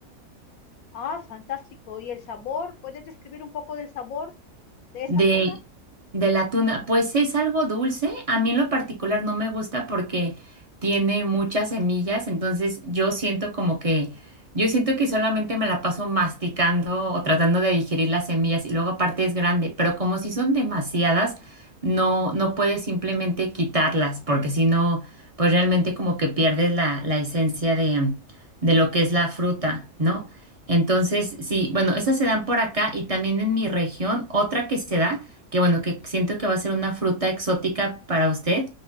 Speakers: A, on the left; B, on the right.
A: Ah, fantástico. ¿Y el sabor? ¿Puedes describir un poco del sabor de esa
B: De,
A: tuna?
B: de la tuna, pues es algo dulce. A mí en lo particular no me gusta porque tiene muchas semillas, entonces yo siento como que, yo siento que solamente me la paso masticando o tratando de digerir las semillas y luego aparte es grande, pero como si son demasiadas, no, no puedes simplemente quitarlas porque si no, pues realmente como que pierdes la, la esencia de, de lo que es la fruta, ¿no? Entonces, sí, bueno, esas se dan por acá y también en mi región, otra que se da, que bueno, que siento que va a ser una fruta exótica para usted,